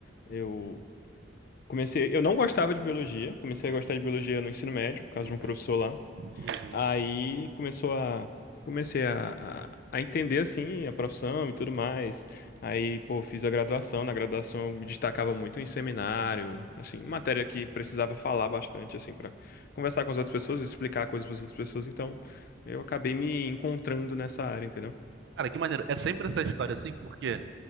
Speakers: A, on the left; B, on the right.
A: eu comecei, eu não gostava de biologia, comecei
B: Uhum,
A: a gostar de biologia no ensino médio, por causa
B: uhum,
A: de um professor lá,
B: uhum.
A: Aí começou a comecei a, a, a entender assim a profissão e tudo mais. Aí, pô, fiz a graduação. Na graduação eu me destacava muito em seminário, assim,
B: Sim.
A: matéria que precisava falar bastante assim para conversar com as outras pessoas, explicar coisas para as outras pessoas. Então, eu acabei me encontrando nessa área, entendeu?
B: Cara, que maneiro. É sempre essa história assim, porque